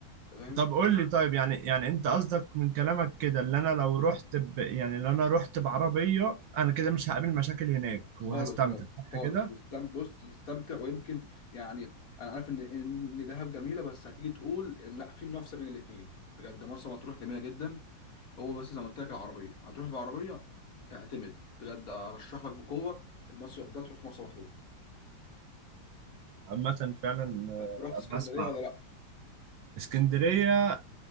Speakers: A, on the left; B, on the right.
A: تمام
B: طب قول لي طيب يعني يعني انت قصدك من كلامك كده اللي انا لو رحت ب... يعني لو انا رحت بعربية انا كده مش هقابل مشاكل هناك
A: خالص
B: وهستمتع
A: بجد
B: صح
A: خالص
B: كده
A: هتستم- بص تستمتع ويمكن يعني انا عارف ان ان دهب جميله بس هتيجي تقول إن لا في منافسه بين الاثنين بجد مرسى مطروح جميله جدا هو بس زي ما قلت لك العربيه هتروح بعربيه اعتمد بجد ارشح لك بقوه المصيف ده تروح مرسى مطروح
B: عامة فعلا آه،
A: رحت اسكندريه
B: أما أسمع
A: ولا لا؟
B: اسكندرية